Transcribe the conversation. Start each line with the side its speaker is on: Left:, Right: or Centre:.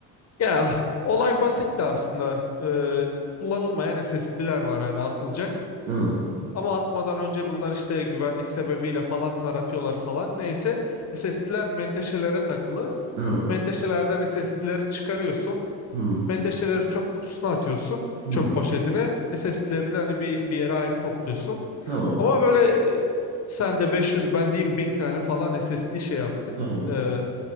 Left: Ya olay basitti aslında. Ee, kullanılmayan SSD'ler var hani atılacak.
Right: hı
Left: Ama atmadan önce bunlar işte güvenlik sebebiyle falan taratıyorlar falan. Neyse SSD'ler menteşelere takılı.
Right: hı
Left: Menteşelerden SSD'leri çıkarıyorsun.
Right: hı
Left: Menteşeleri çöp kutusuna atıyorsun.
Right: hı.
Left: Çöp poşetine. SSD'leri de hani bir, bir yere ayrı topluyorsun.
Right: Tamam
Left: Ama böyle e, sen de 500 ben diyeyim 1000 tane falan SSD şey yaptık.
Right: tamam.
Left: Ee,